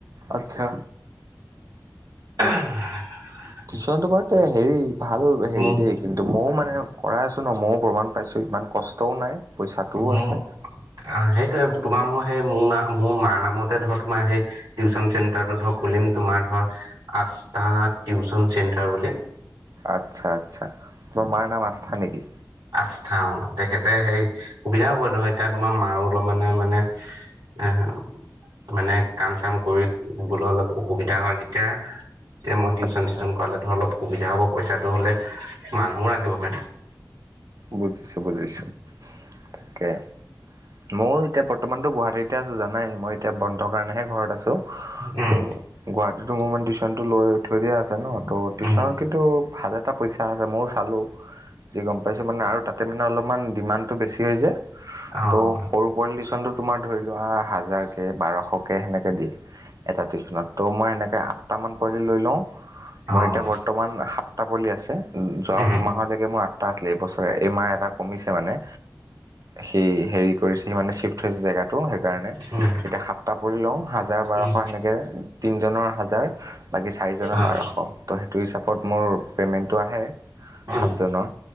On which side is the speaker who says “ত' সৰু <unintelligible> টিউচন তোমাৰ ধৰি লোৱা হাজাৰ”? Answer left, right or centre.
Right